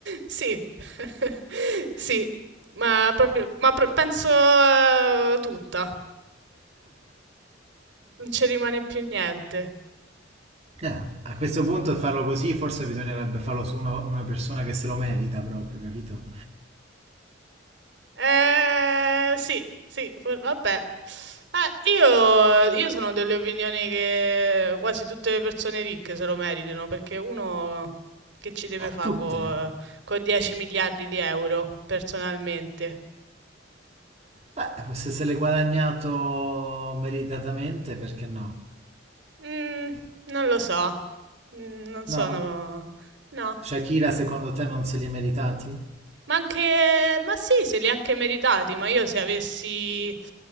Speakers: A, on the right; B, on the right.
A: Sì, <laughs> sì, ma proprio, ma pro- penso eh, tutta, non ci rimane più niente.
B: Ah, a questo punto farlo così, forse bisognerebbe farlo su una, una persona che se lo merita proprio, capito?
A: Eh, sì, sì, for- vabbè. Eh, io, io sono delle opinioni che quasi tutte le persone ricche se lo meritano, perché uno che ci deve
B: A
A: fare
B: tutte.
A: con 10 miliardi di euro, personalmente?
B: Beh, se se l'è guadagnato meritatamente, perché no?
A: Mm, non lo so, Mm, non sono...
B: No?
A: No.
B: Shakira, secondo te non se li è meritati?
A: Ma anche, ma sì, se li ha anche meritati, ma io se avessi,